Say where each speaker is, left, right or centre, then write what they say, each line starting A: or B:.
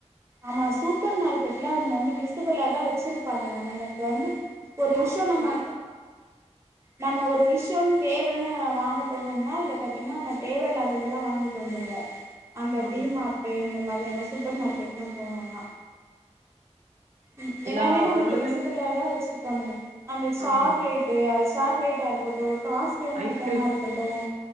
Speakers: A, on the right; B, on the right.
A: ஆமா சூப்பர் மார்க்கெட்ல அவங்க வந்து விசிபிளாதான் வச்சிருப்பானங்க நமக்கு வந்து ஒரு விஷய நம்ம நம்ம ஒரு விஷயன் தேவன்னு வாங்க போனோம்னா அதுல பாத்தீங்கன்னா நம்ம தேவ இல்லாததெல்லா வாங்கிட்டு வந்துருவோ அந்த
B: ஆ
A: டி மார்டு இந்த மாதிரி ஆன சூப்பர் மார்க்கெட்ல்லா போனோம்னா ம் எல்லாமே
B: எல்லா
A: நமக்கு
B: பொருளுமே
A: விசிபிளாதா வச்சுருப்பானுங்க அந்த சாக்லேட்
B: ஆமா.
A: டு சாக்லேட்டா இருக்கட்டு காஸ் ட்லியான
B: ஐஸ்கிரீம்
A: ஐட்டமா இருக்கட்டு